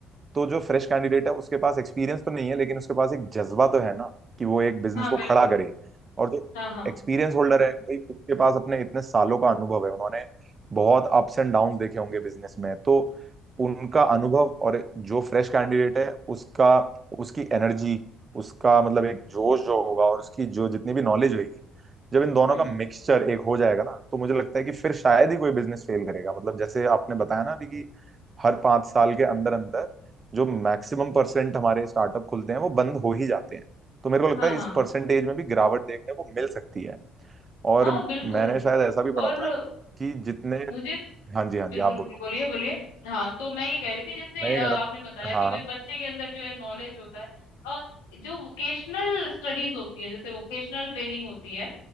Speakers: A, on the right; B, on the left.
A: तो जो फ्रेश कैंडिडेट है उसके पास एक्सपीरियंस तो नहीं है लेकिन उसके पास एक जज्बा तो है ना कि वो एक बिजनेस
B: हाँ
A: को
B: बिल्कुल
A: खड़ा करे और जो
B: हाँ हाँ
A: एक्सपीरियंस होल्डर है भाई उसके पास अपने इतने सालों का अनुभव है उन्होंने बहुत अप्स एंड डाउन्स देखे होंगे बिजनेस में तो उनका अनुभव और जो फ्रेश कैंडिडेट है उसका उसकी एनर्जी उसका मतलब एक जोश जो होगा और उसकी जो जितनी भी नॉलेज होगी जब इन दोनों
B: हम्म
A: का मिक्सचर एक हो जाएगा ना तो मुझे लगता है कि फिर शायद ही कोई बिजनेस फेल करेगा मतलब जैसे आपने बताया ना अभी कि हर पांच साल के अंदर अंदर जो मैक्सिमम परसेंट हमारे स्टार्टअप खुलते हैं वो बंद हो ही जाते हैं तो मेरे को लगता
B: हाँ
A: है
B: हाँ
A: इस परसेंटेज में भी गिरावट देखने को मिल सकती है और
B: हाँ बिल्कुल
A: मैंने शायद ऐसा भी पढ़ा
B: और
A: था कि जितने
B: मुझे
A: हाँ जी हाँ
B: बिल्कुल
A: जी आप बोलो
B: बिल्कुल बोलिए बोलिए हाँ तो मैं ये कह रही थी जैसे
A: मैं ये
B: अ,
A: कह
B: आपने
A: रहा था
B: बताया कि
A: हाँ
B: भाई
A: हाँ
B: बच्चे के अंदर जो है नॉलेज होता है और जो वोकेशनल स्टडीज होती है जैसे वोकेशनल ट्रेनिंग होती है